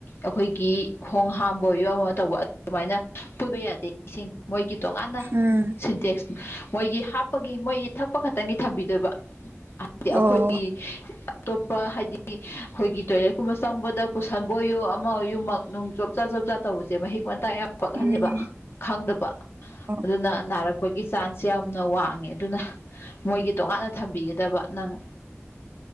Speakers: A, on the left; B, on the right.
A: ꯑꯈꯣꯏꯒꯤ ꯈꯣꯡ ꯍꯥꯝꯕ ꯑꯣꯢꯌꯣ ꯑꯃꯃ ꯇꯧꯕ ꯑꯗꯨꯃꯥꯏꯅ ꯄꯨꯟꯕ ꯌꯥꯗꯦ ꯢꯁꯤ ꯢꯪ ꯃꯣꯏꯒꯤ ꯇꯣꯉꯥꯟꯅ
B: ꯎꯝ
A: ꯁꯤꯟꯇꯦꯛꯁ ꯃꯣꯏꯒꯤ ꯍꯥꯞꯄꯒꯤ ꯃꯣꯏꯒꯤ ꯊꯛꯄ ꯈꯛꯇꯪꯒꯤ ꯊꯝꯕꯤꯗꯣꯏꯕ ꯍꯥꯏꯕꯗꯤ ꯑꯈꯣꯏꯒꯤ
B: ꯑꯣ
A: ꯑꯇꯣꯞꯄ ꯍꯥꯏꯗꯤ ꯑꯈꯣꯏꯒꯤ ꯇꯣꯏꯂꯦꯠꯀꯨꯝꯕ ꯆꯪꯕꯗ ꯄꯨꯁꯟꯕ ꯑꯣꯏꯌꯨ ꯑꯃ ꯑꯣꯏꯌꯨ ꯃꯛ ꯅꯨꯡ ꯆꯣꯞ ꯆꯥ ꯆꯣꯞ ꯆꯥ ꯇꯧꯕꯖꯦ ꯃꯍꯤꯛ ꯃꯇꯥꯏ ꯌꯥꯝ ꯄꯛꯍꯜꯂꯦꯕ
B: ꯎꯝ
A: ꯈꯪꯗꯕ
B: ꯑꯣ
A: ꯑꯗꯨꯅ ꯅꯥꯔꯛꯄꯒꯤ ꯆꯥꯟꯁ ꯌꯥꯝꯅ ꯋꯥꯡꯉꯦ ꯑꯗꯨꯅ ꯃꯣꯏꯒꯤ ꯇꯣꯉꯥꯟꯅ ꯊꯝꯕꯤꯒꯗꯕ ꯅꯪ
B: <inaudible>